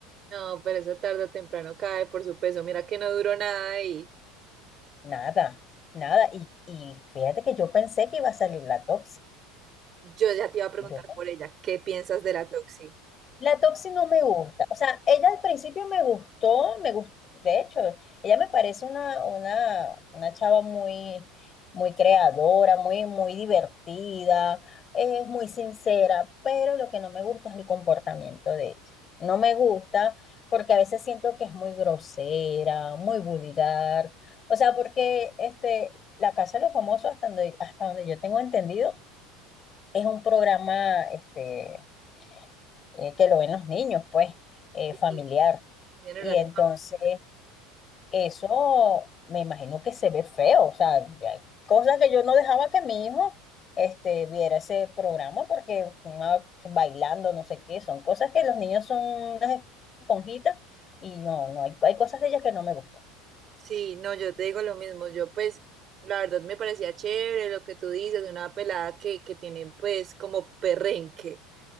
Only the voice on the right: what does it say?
No, pero eso tarde o temprano cae por su peso. Mira que no duró nada y
yo ya te iba a preguntar
por ella, ¿qué piensas de la Toxi?
Sí,
es en
horario
familiar.
Sí, no, yo te digo lo mismo. Yo pues, la verdad me parecía chévere lo que tú dices, una pelada que, que tiene pues como perrenque.